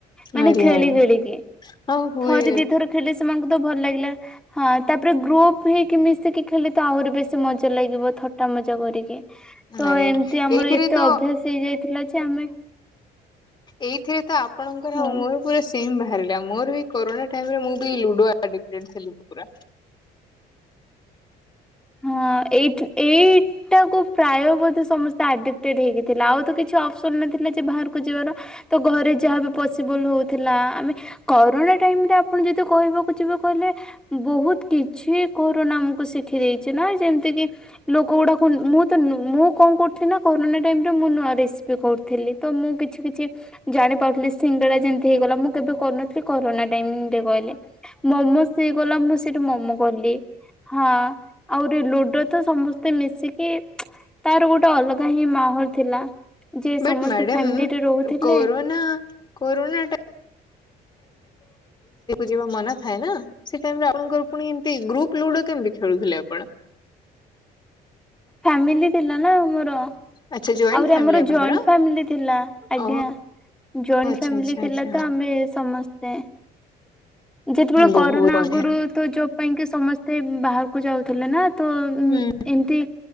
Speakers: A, in the centre; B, on the left.
A: ମାନେ
B: ଆରେ
A: ଖେଳି
B: ଆରେ
A: ଖେଳିକି।
B: ହଁ ହୁଏ
A: ଥରେ ଦି ଥର ଖେଳିଳେ ସେ ସେମାନଙ୍କୁ ତ ଭଲ ଲାଗିଲା। ହଁ ତାପରେ ଗ୍ରୁପ୍ ଫ୍ରି ହେଇକି ମିଶିକି ଖେଳି ତ ଆହୁରି ବେଶୀ ମଜା ଲାଗିବ। ଥଟ୍ଟା ମଜା କରିକି। ତ
B: ଆରେ
A: ଏମତି ଆମର
B: ଏଇଥିରେ
A: ଏତେ
B: ତ
A: ଅଭ୍ୟାସ ହେଇଯାଇଥିଲା ଯେ ଆମେ
B: ଏଇଥିରେ ତ ଆପଣଙ୍କର
A: କୁହନି।
B: ଆଉ ମୋର ପୁରା ସେମ୍ ବାହାରିଲା। ମୋର ବି କୋରନା ଟାଇମ୍ ରେ ମୁଁ ବି ଲୁଡୁ ଆଡ଼ିକ୍ଟେଡ଼୍ ଥିଲି ପୁରା।
A: ହଁ ଏଇଠ ଏଇ ଟା କ ପ୍ରାୟ ମଧ୍ୟ ସମସ୍ତେ ଆଡିକଟେଡ ହେଇକି ଥିଲା ଆଉ ତ କିଛି ଅପସନ ନଥିଲା ଯେ ବାହାରକୁ ଯିବାର। ତ ଘରେ ଯାହାବି ପସିବଲ ହଉଥିଲା ଆମେ କରୋନା ଟାଇମ ରେ ଆପଣ ଯଦି କହିବାକୁ ଯିବେ କହିଲେ ବହୁତ କିଛି କରରନା ଆମକୁ ଶିଖି ଦେଇେଇଛି ନା ଯେମତି କି ଲୋକ ଗୁଡାକ ମୁଁ ତ ମୁଁ କଣ କରୁି ନା କରୋନା ଟାଇମ ରେ ମୁଁ ନୂଆ ରେସିପି କରୁ ଥିଲି ତ ମୁଁ କିଛି କିଛି ଜାଣି ପାରୁଥିଲି ସିଙ୍ଗଡା ଯେମିତି ହେଇଗଲା ମୁଁ କେବେ କରୁନଥିଲି କରୋନା ଟାଇମରେ କହିଲେ। ମୋମୋ ହେଇ ଗଲା ମୁଁ ସେଇଠି ମୋମୋ କଲି ହଁ। ଆହୁରି ଲୁଡୋ ତ ସମସ୍ତେ ମିଶିକି ତାର ଗୋଟେ ଅଲଗା ହିଁ ମାହୋଲ ଥିଲା। ଯେ
B: ବଟ
A: ସମସ୍ତେ
B: ମ୍ୟାଡ଼ମ
A: ଫ୍ୟାମିଲିରେ ରହୁଥିଲେ
B: କରନା କରନା ଟାଇ ଯିବା ମନା ଏ ସେ ଟାଇ ଆପଣଙ୍କର ପୁଣି ଏ ଗ୍ରୁପ ଲୁଡୋ କେମିତି ଖେଳୁଥିଲେ ଆପଣ?
A: ଫାମିଲି ଥିଲା ନା ମୋର।
B: ଆଚ୍ଛା ଜଏଣ୍ଟ
A: ଆହୁରି
B: ଫ୍ୟାମିଲି
A: ଆମର
B: ଆପଣଙ୍କର?
A: ଜଏଣ୍ଟ ଫାମିଲି ଥିଲା ଆଜ୍ଞା।
B: ଓହୋ
A: ଜଏଣ୍ଟ
B: ଆଚ୍ଛା
A: ଫାମିଲି
B: ଆଚ୍ଛା
A: ଥିଲା
B: ଆଚ୍ଛା
A: ତ ଆମେ ସମସ୍ତେ ଯେତେବେଳେ
B: ବହୁତ
A: କରୋନା
B: ବଢିଆ
A: ଆଗରୁ ତ ଯୋବ ପାଇଁ କି ସମସ୍ତେ ବାହାରକୁ ଯାଉଥିଲେ ନା। ତ ଉ
B: ହୁଁ।
A: ଏମିତି